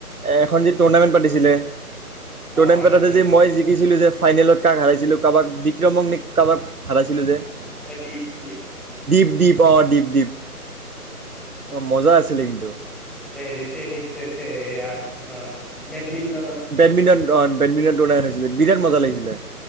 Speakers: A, on the right; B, in the centre.
A: এখন যি টুৰ্ণামেণ্ট পাতিছিলে তণন
B: পাতিছিল
A: পেটাতে যে
B: অ
A: মই জিকিছিলো যে ফাইনেলত কাক হাৰাইছিলো কাৰোবাক বিক্ৰমক নে কাৰোবাক হাৰাইছিলো যে
B: নহয় দীপ দীপ
A: দীপ দীপ অ দীপ দীপ অ' মজা আছিলে কিন্তু
B: ৰি টেনিছ অ বেডমিণ্ট
A: বেডমিণ্টন অ' বেডমিণ্টন তই উলাই আনিছিলি বিৰাট মজা লাগিছিলে